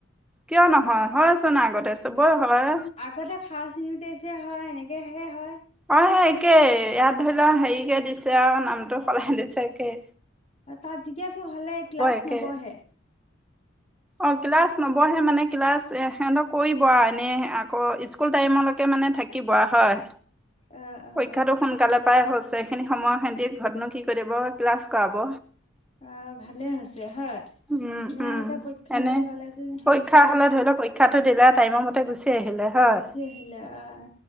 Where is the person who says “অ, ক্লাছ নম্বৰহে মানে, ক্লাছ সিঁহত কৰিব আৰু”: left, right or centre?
Centre